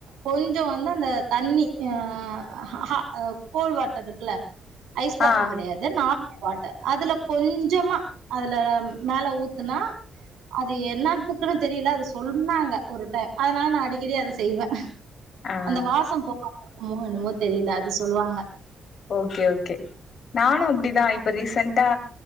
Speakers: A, on the right; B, on the left.
A: கொஞ்ச வந்து அந்த தண்ணி அ அஹ் கோல்டு வாட்டர் இருக்குல்ல ஐஸ் வாட்டர்
B: ஆ
A: கெடையாது நார்மல் வாட்டர் அதுல கொஞ்சமா அதுல மேல ஊத்துனா அது என்னக்குன்னு தெரில அது சொன்னாங்க ஒரு டைம் அதனால நா அடிக்கடி அத செய்வே
B: ஆ
A: அந்த வாசோ போகாம இருக்குமோ என்னமோ தெரில அது சொல்லுவாங்க
B: ஓகே ஓகே நானு அப்டிதா இப்ப ரீசன்ட்டா